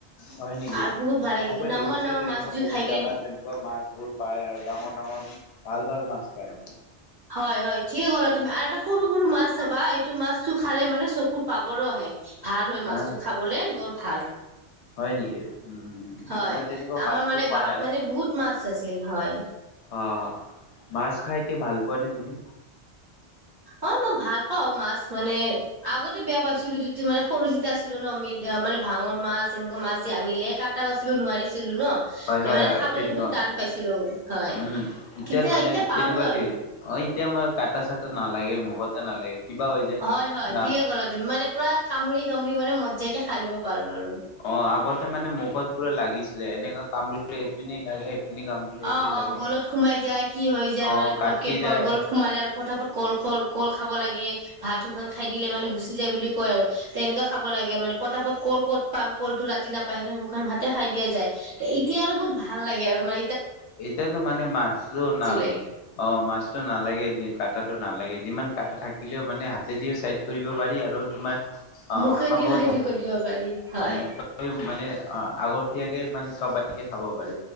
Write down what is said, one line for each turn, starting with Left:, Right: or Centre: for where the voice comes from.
Left: হয়, নেকি?
Right: আৰু বহুত ভাল লাগে
Left: অ', মই
Right: নামৰ
Left: দেখিছোঁ
Right: নামৰ
Left: তেনেকুৱা
Right: মাছ জুই
Left: বহুত
Right: খাই কেনে
Left: জাগাত তেনেকুৱা মাছ বোৰ পায় আৰু ডাঙৰ, ডাঙৰ ভাল, ভাল মাছ পায়।
Right: হয়, হয় ঠিকে ক'লা তুমি আৰু এটা সৰু, সৰু মাছ চাবা এইটো মাছটো খালে মানে চকুৰ পাবাৰো আহে। ভাল হয়, মাছটো
Left: হ
Right: খাবলে বৰ ভাল
Left: হয় নেকি উম
Right: হয়,
Left: মই তেনেকুৱা
Right: আমাৰ
Left: মাছটো
Right: মানে
Left: খোৱা
Right: গাঁৱত
Left: নাই
Right: মানে বহুত মাছ আছিল হয়।
Left: অ', মাছ খাই কি ভাল পোৱা নে তুমি?
Right: অ', মই ভাল পাওঁ মাছ মানে আগতে বেয়া পাইছিলো যিটো মানে সৰু যেতিয়া আছিলো ন <unintelligible> মানে ভাঙৰ মাছ এনেকুৱা মাছ আনিলে কাটা বাচিব নোৱাৰিছিলো ন,
Left: হয়,
Right: তেমানে
Left: হয়, হয়,
Right: খাবলৈ
Left: তেনেকুৱা।
Right: বহুত টান পাইছিলোঁ হয়,
Left: উম,
Right: কিতিয়া
Left: মানে
Right: এতিয়া পাৰো
Left: তেনেকুৱা
Right: আৰু।
Left: দি অ', এতিয়া মই কাটা চাটা নালাগে মুখতে নালাগে কিবা হৈ যায়
Right: হয়, হয়
Left: না
Right: ঠিকে ক'লা তুমি মানে পুৰা কামুৰি, কামুৰি মানে মজাকে খায় ল'ব পাৰো আৰু।
Left: অ', আগতে মানে মুখত পুৰা লাগিচ এনেকুৱা কাম কৰিলে এইপিনে লাগে এইপিনি কামুৰিলে এইপিনি
Right: অ', অ',
Left: লাগে।
Right: গলত সোমাই যায়, কি হৈ যায়
Left: অ',
Right: মানে পতকে
Left: কাটকি যায়
Right: গলত সোমালে আৰু পতাফত কল-খল, কল খাব লাগে, ভাত শুকান খাই দিলে মানে গুচি যায় বুলি কয় আৰু তেনেকুৱা খাব লাগে মানে পতাপট কল ক'ত পাওঁ কলটো ৰাতি নাপায় সেইকাৰণে শুকান ভাতে খাই দিয়াই যায় তে, এতিয়া আৰু বহুত ভাল লাগে আৰু মা
Left: এতিয়াতো মানে মাছটো নাল
Right: লাগে
Left: অ', মাছতটো নালাগে <unintelligible> কটাটো নালাগে যিমান কাটা থাকিলেও মানে হাতেদিয়ে ছাইড কৰিব পাৰি আৰু তোমাৰ অ',
Right: মুখেদিয়ো
Left: খাবও
Right: হেইটো
Left: ভাল
Right: কৰি দিব পাৰি হয়।
Left: মুক্তভাৱে মানে অ', আগতিয়াকে মানে সবাইকে খাব পাৰি।